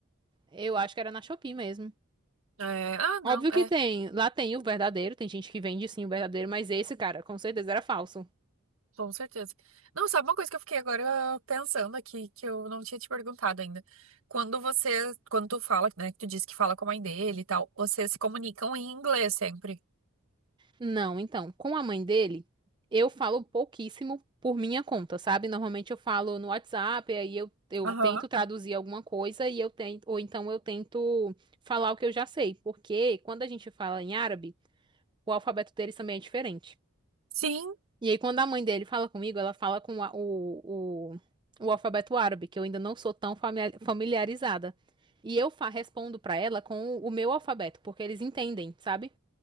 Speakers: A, on the right; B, on the right.
A: Eu acho que era na Shopee mesmo.
B: É, Ah, não.
A: Óbvio que
B: é
A: tem, lá tem o verdadeiro, tem gente que vende sim o verdadeiro, mas esse cara, com certeza era falso.
B: Com certeza. Não, sabe uma coisa que eu fiquei agora pensando aqui, que eu não tinha te perguntado ainda. Quando você, quando tu fala, né, que tu disse que fala com a mãe dele e tal, vocês se comunicam em inglês sempre.
A: Não, então, com a mãe dele, eu falo pouquíssimo por minha conta, sabe? Normalmente eu falo no WhatsApp, aí eu, eu
B: Aham.
A: tento traduzir alguma coisa e eu tento, ou então eu tento falar o que eu já sei, porque quando a gente fala em árabe, o alfabeto deles também é diferente.
B: Sim,
A: E aí, quando a mãe dele fala comigo, ela fala com a- o, o, o alfabeto árabe, que eu ainda não sou tão famia- familiarizada. E eu fa- respondo pra ela com o, o meu alfabeto, porque eles entendem, sabe?